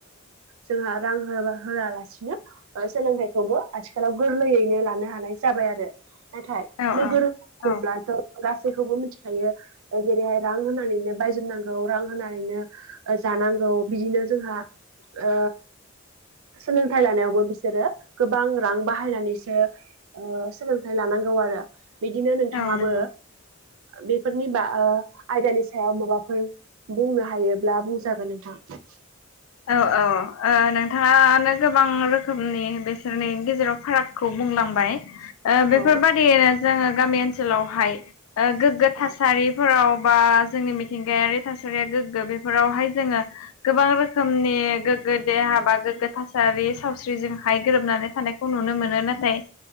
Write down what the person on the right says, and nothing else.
जोंहा ओ रां होयालासिनो सोलोंथाइखौबो आथिखालाव गोरलैयैनो लानो हानाय जाबाय आरो। नाथाय
नोगोर
होनोब्लाथ गासैखौबो मिथिखायो जेरैहाय रां होनानैनो बायजोबनांगौ रां होनानै ओ जानांगौ बिदिनो जोंहा ओ सोलोंथाइ लानायावबो बिसोरो गोबां रां बाहायनानैसो ओ सोलोंथाइ लानांगौ आरो बिदिनो नोंथाङाबो
बेफोरनि बा ओ आयदानि सायाव माबाफोर बुंनो हायोब्ला बुंजागोन नोंथां।
औ
औ